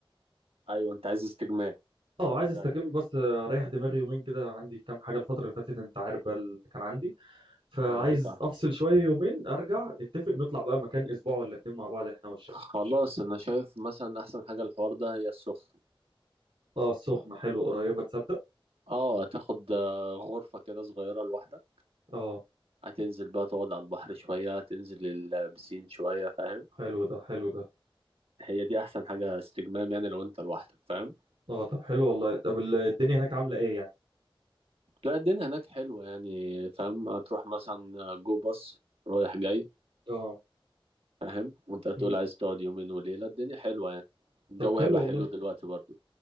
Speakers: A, on the right; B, on the right.
A: ايوه انت عايز استجمام
B: اه عايز
A: رايق
B: استجم بس آه، اريح دماغي يومين كده عندي كام حاجه الفتره اللي فاتت انت عارف بقى اللي كان عندي فعايز
A: ايوه فاهم
B: افصل شويه يومين ارجع نتفق نطلع بقى مكان اسبوع ولا اتنين مع بعض احنا والشباب
A: خلاص انا شايف مثلا احسن حاجه الحوار ده هي السخنه
B: اه السخنه حلوه قريبه تصدق
A: اه هتاخد آه، غرفه كده صغيره لوحدك
B: اه
A: هتنزل بقى تقعد على البحر شويه هتنزل البسين شويه فاهم
B: حلو ده حلو ده
A: هي دي احسن حاجه استجمام يعني لو انت لوحدك فاهم
B: اه طب حلو والله طب ال- الدنيا هناك عامله ايه يعني
A: لا الدنيا هناك حلوة يعني فاهم هتروح مثلا جو باص رايح جاي
B: اه
A: فاهم وانت هتقول
B: مم.
A: عايز تقعد يومين وليلة الدنيا حلوة يعني الجو
B: طب حلو
A: هيبقى حلو
B: والله
A: دلوقتي برضو